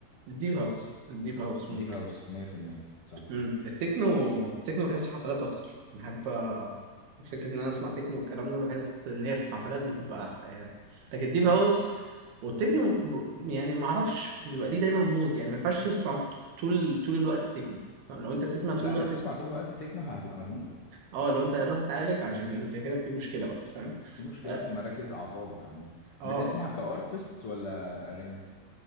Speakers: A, on the right; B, on the left.
A: الديب هاوس الديب هاوس ممكن
B: ديب هاوس 100% صح
A: مم. التكنو التكنو بحسه حفلات اكتر بحب آه، فكره ان انا اسمع تكنو والكلام ده بحس ان هي في حفلات بتبقى احلى يعني لكن ديب هاوس والتكنو ب... يعني ما اعرفش بيبقى ليه دايما مود يعني ما ينفعش تسمع طول طول الوقت تكنو فاهم؟ لو انت بتسمع
B: لا
A: طول الوقت
B: لو بتسمع طول الوقت تكنو هتبقى مجنون
A: اه لو انت هتروح تعالج عشان انت كده في مشكله بقى فاهم
B: في مشكلة
A: اه
B: في مراكز أعصابك عامة
A: آه.
B: بتسمع كأرتست ولا أغاني